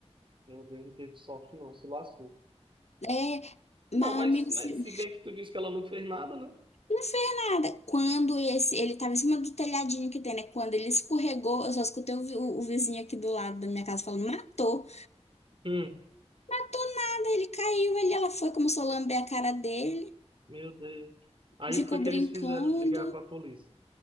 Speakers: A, on the right (about 50°); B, on the left (about 70°).
A: meu Deus não teve sorte, não, se lascou.
B: É,
A: Não,
B: mas
A: mas,
B: amigo,
A: mas
B: se-
A: se bem que tu disse que ela não fez nada, né?
B: não fez nada. Quando esse, ele tava em cima do telhadinho que tem, né? Quando ele escorregou, eu só escutei o, vi- o- o vizinho aqui do lado da minha casa falando, matou.
A: Hum,
B: Matou nada, ele caiu, ele, ela foi, começou a lamber a cara dele,
A: meu Deus. Aí
B: ficou
A: o que foi que
B: brincando.
A: eles fizeram? Ligar pra polícia.